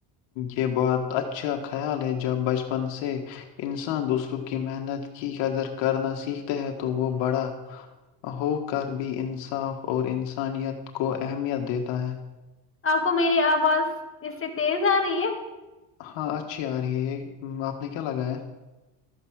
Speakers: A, on the left; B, on the left.
A: یہ بہت اچھا خیال ہے جب بچپن سے <unintelligible> انسان دوسرو <inaudible> کی محنت کی قدر کرنا سیکھتے ہے تو وہ بڑا ہو کر بھی انصاف اور انسانیت کو اہمیت دیتا ہے <unintelligible>
B: آپ کو میری آواز اس سے تیز آ رہی ہے <unintelligible>
A: ہاں اچھی آ رہی ہے یہ آپ نے کیا لگایا <unintelligible>